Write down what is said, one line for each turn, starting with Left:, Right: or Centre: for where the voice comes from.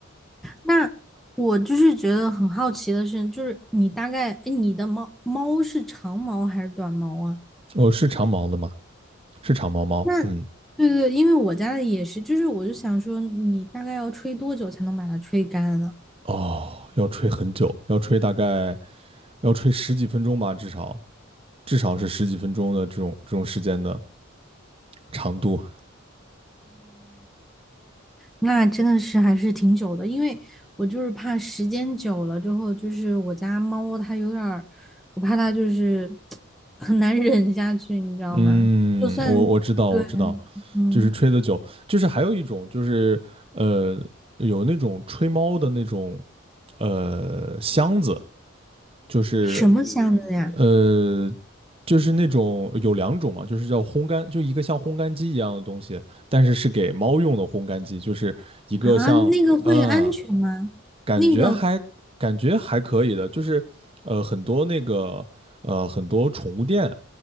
Centre: 那我就是觉得很好奇的是，就是你大概，哎，你的猫猫是长毛还是短毛啊？
Right: 哦，是长毛的吗？是长毛猫，
Centre: 那
Right: 嗯，
Centre: 对对，因为我家的也是，就是我就想说，你大概要吹多久才能把它吹干呢？
Right: 哦，要吹很久，要吹大概要吹十几分钟吧，至少至少是十几分钟的这种这种时间的长度。
Centre: 那真的是还是挺久的，因为我就是怕时间久了之后，就是我家猫它有点儿，我怕它就是 <tsk> 很难忍下去，你知道吗？
Right: 嗯，
Centre: 就算对，
Right: 我我知道，我知道，
Centre: 嗯，
Right: 就是吹的久，就是还有一种就是呃，有那种吹猫的那种呃箱子，就是
Centre: 什么箱子呀？
Right: 呃，就是那种有两种嘛，就是叫烘干，就一个像烘干机一样的东西，但是是给猫用的烘干机，就是一个像啊，
Centre: 啊，那个会安全吗？
Right: 感觉还感觉还可以的，
Centre: 那个
Right: 就是呃很多那个呃很多宠物店，